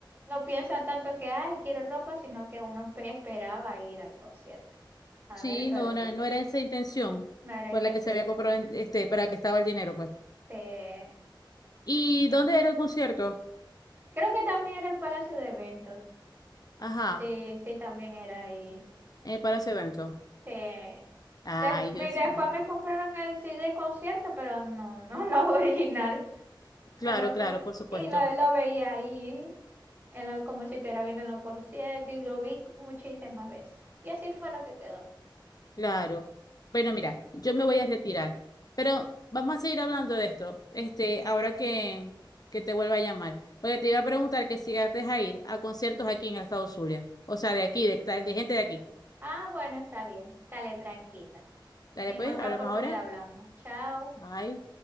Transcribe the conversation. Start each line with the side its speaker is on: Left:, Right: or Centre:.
Right: no piensa tanto que, ay, quiero ropa, sino que uno pe- esperaba ir al concierto. A
Left: Sí,
Right: ver, suertito,
Left: no era, no era esa intención
Right: no era
Left: por
Right: esa
Left: la
Right: intención.
Left: que se había comprado, en- este, para que estaba el dinero, pues.
Right: Sí.
Left: ¿Y dónde era el concierto?
Right: Creo que también era el Palacio de Eventos.
Left: Ajá,
Right: Sí, sí, también era ahí.
Left: en el Palacio de Eventos.
Right: Sí.
Left: Ay,
Right: Des- me-
Left: Dios
Right: después
Left: mío.
Right: me compraron el CD concierto, pero no, no, <laughs> no original.
Left: Claro,
Right: Me lo
Left: claro,
Right: co-
Left: por supuesto.
Right: y lo, lo veía ahí, en lo- como si estuviera viendo los conciertos, y lo vi muchísimas veces. Y así fue lo que quedó.
Left: Claro. Bueno, mira, yo me voy a retirar, pero vamos a seguir hablando de esto, este, ahora que, que te vuelva a llamar. Porque te iba a preguntar que si llegaste a ir a conciertos aquí en el estado Zulia, o sea, de aquí, de, de gente de aquí.
Right: Ah, bueno, está bien. Dale tranquila.
Left: Dale,
Right: En
Left: pues,
Right: otra
Left: hablamos
Right: oportunidad
Left: ahora.
Right: hablamos. Chao.
Left: Bye.